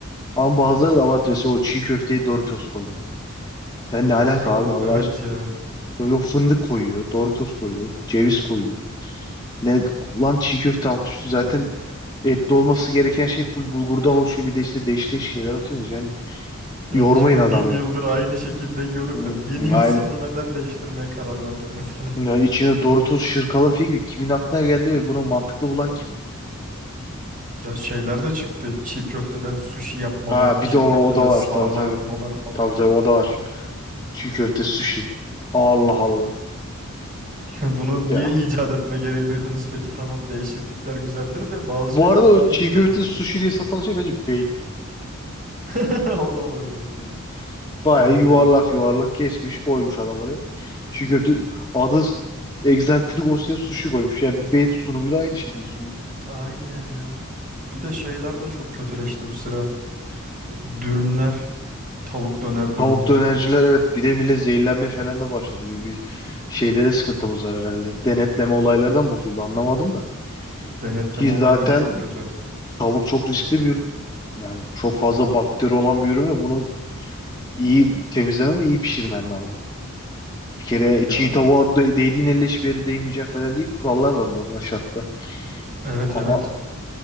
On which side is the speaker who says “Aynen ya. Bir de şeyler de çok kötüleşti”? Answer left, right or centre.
Right